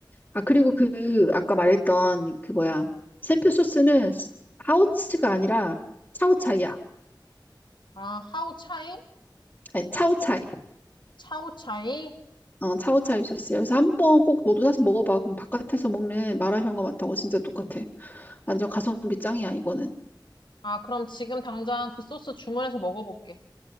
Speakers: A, on the left; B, on the left.
A: 아, 그리고 그 아까 말했던 그 뭐야 샘표 소스는 하오츠가 아니라 차오차이야.
B: 아, 하오차이?
A: 아니, 차오차이.
B: 차오차이?
A: 어, 차오차이 소스야. 그래서 한번 꼭 너도 사서 먹어봐. 그럼 바깥에서 먹는 마라샹궈 맛하고 진짜 똑같아. 완전 가성비 짱이야, 이거는.
B: 아, 그럼 지금 당장 그 소스 주문해서 먹어볼게.